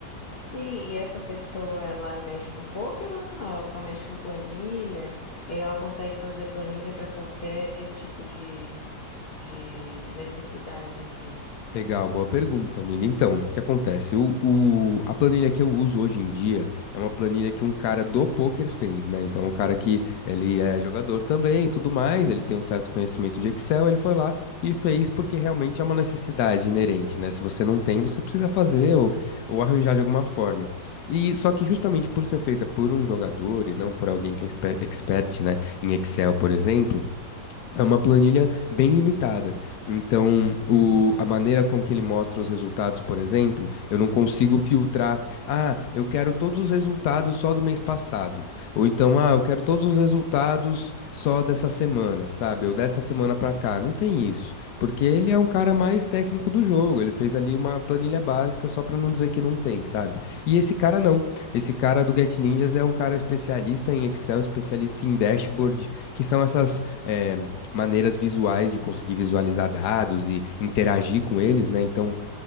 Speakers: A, on the left; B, on the left.
A: Sim, e essa pessoa, ela mexe com poker ou não? Ela só mexe com planilha? E ela consegue fazer planilha para qualquer tipo de, de necessidade, assim.
B: Legal, boa pergunta, amiga. Então, o que acontece? O, o- a planilha que eu uso hoje em dia é uma planilha que um cara do poker fez, né? Então, um cara que ele é jogador também, e tudo mais, ele tem um certo conhecimento de Excel, ele foi lá e fez porque realmente é uma necessidade inerente, né? Se você não tem, você precisa fazer ou, ou arranjar de alguma forma. E só que justamente por ser feita por um jogador e não por alguém que é exper expert, né, em Excel, por exemplo, é uma planilha bem limitada. Então, o- a maneira com que ele mostra os resultados, por exemplo, eu não consigo filtrar. Ah, eu quero todos os resultados só do mês passado. Ou então, ah, eu quero todos os resultados só dessa semana, sabe? Ou dessa semana pra cá. Não tem isso. Porque ele é um cara mais técnico do jogo. Ele fez ali uma planilha básica só pra não dizer que não tem, sabe? E esse cara não. Esse cara do Get Ninjas é um cara especialista em Excel, especialista em dashboard, que são essas. eh, maneiras visuais de conseguir visualizar dados e interagir com eles, né? Então,